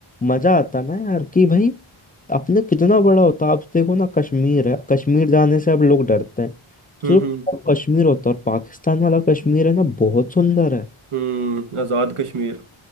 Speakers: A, on the left; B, on the right.
A: मजा आता ना यार कि भाई अपने कितना बड़ा होता आप देखो ना कश्मीर है कश्मीर जाने से अब लोग डरते हैं
B: हम्म
A: तो जो
B: हम्म
A: कश्मीर होता है और पाकिस्तान वाला कश्मीर है ना बहुत सुंदर है
B: हम्म आजाद कश्मीर